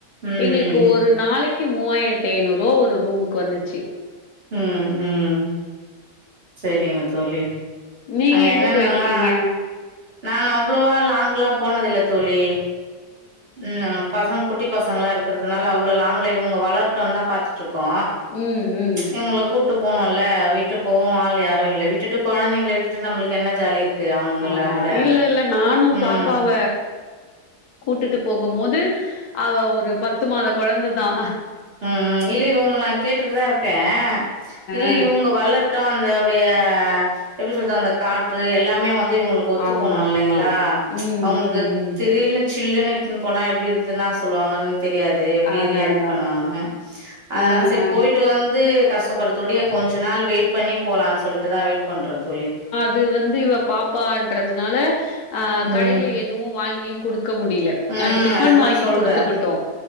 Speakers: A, on the right (about 40°); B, on the left (about 75°).
A: ம்
B: எங்களுக்கு ஒரு நாளக்கி மூவாயிரத்தி ஐநூறு ரூவா ஒரு ரூமுக்கு வந்துச்சி
A: ம் ம் சரிங்க தோழி
B: நீங்க
A: அங்க
B: எங்க
A: என்னன்னல்லா
B: போயிருக்கீங்க?
A: நானு அவ்ளோவா லாங்க்ல்லா போனதில்ல தோழி ம் பசங்க குட்டி பசங்கல்லா இருக்கிறதுனால அவ்ளோ லாங்ல இவுங்க வளரட்டுனுதா பாத்துட்டுருக்கோ
B: ம், ம்
A: இவங்கள கூட்டு போனுல்ல விட்டு போவவு ஆள் யாரு இல்ல விட்டுட்டு கொழந்தைங்கள விட்டுட்டு நம்மளுக்கு என்ன ஜாலி இருக்கு அவனுங்கள
B: ஆமா
A: விட
B: இல்ல இல்ல நானு
A: ம்
B: பாப்பாவ கூட்டுட்டு போகும்போது அவ ஒரு பத்து மாத கொழந்ததா
A: உம் இல்ல இவங்கள நா கேட்டுட்டுதா இருக்கே இல்ல
B: அ
A: இவுங்க வளர்ப் தா அந்தவுடைய எப்டி சொல்றது அந்த காற்று எல்லாமே வந்து இவுங்களுக் ஒத்து
B: ஆமா
A: போனும இல்லைங்களா
B: ஆமா ம்
A: அவுங்களுக்கு
B: ம் ம்
A: திடீர்னு சில்லுனுட்டுன்னு போனா எப்டி இருதுன்னா சொல்லுவாங்கன்னு தெரியாது எப்டி
B: அதா
A: ரியாக்ட்
B: அதா
A: பண்ணுவாங்கனு அத்னால
B: அ
A: செரி
B: அ
A: போயிட்டு வந்து கஷ்டப்படுறதுடைய கொஞ்ச நாள் வெயிட் பண்ணி போலாம்னு சொல்லிட்டுதா வெயிட் பண்றே தோழி
B: இது வந்து இவ பாப்பன்றதுனால ஆ
A: ம்
B: கடைல எதுவு வாங்கியு குடுக்க முடில
A: ம்
B: நா டிஃபன்
A: அதுதா
B: வாங்கி
A: சொல்றே
B: குடுத்துக்குட்டோ